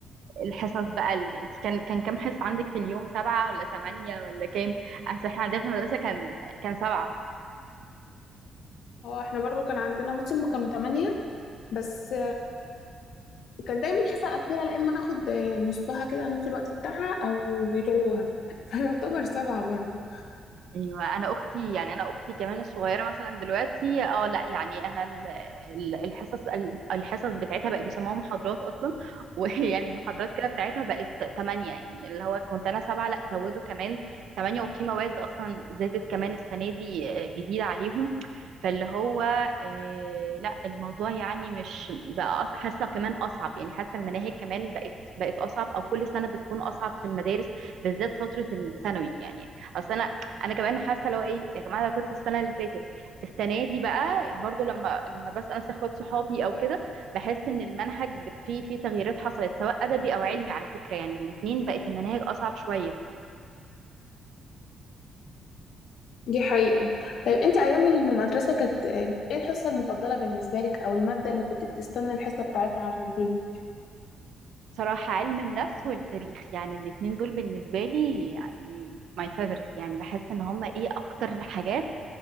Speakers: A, on the right; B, on the left.
A: الحصص بقى ال- انت كان كان كام حصة عندك في اليوم سبعة ولا تمانية ولا كام؟ أصل احنا عندنا في المدرسة كان كان سبعة
B: اه احنا برضو كان عندنا بصي هما كانوا تمانية بس كان دايما الحصه الاخيره لا اما ناخد آه، نصها كده نص الوقت بتاعها او يلغوها <laughs> فيعتبر سبعه برضو
A: ايوه انا اختي يعني انا اختي كمان الصغيره مثلا دلوقتي اه لا يعني انا ال- ال- الحصص ال- الحصص بتاعتها بقى بيسموها محاضرات اصلا <laughs> ويعني المحاضرات كده بتاعتها بقت 8 يعني اللي هو كنت انا سبعه لا زودوا كمان 8 وفي مواد اصلا زادت كمان السنه دي آه، جديده عليهم فاللي هو آه، لا الموضوع يعني مش بقى أص- حاسه كمان اصعب يعني حاسه المناهج كمان بقت بقت اصعب او كل سنه بتكون اصعب في المدارس بالذات فتره الثانوي يعني اصل انا انا كمان حاسه لو ايه يا جماعه انا كنت السنه اللي فاتت السنه دي بقى برضو لما لما بسال ناس اخوات صحابي او كده بحس ان المنهج فيه فيه تغييرات حصلت سواء ادبي او علمي على فكره يعني الاتنين بقت المناهج اصعب شويه
B: دي حقيقه طيب انت ايام المدرسه كانت آه، ايه الحصه المفضله بالنسبه لك او الماده اللي كنت بتستنى الحصه بتاعتها عشان تيجي
A: بصراحة علم النفس والتاريخ يعني الاتنين دول بالنسبة لي يعني my favorite يعني بحس ان هما ايه اكتر حاجات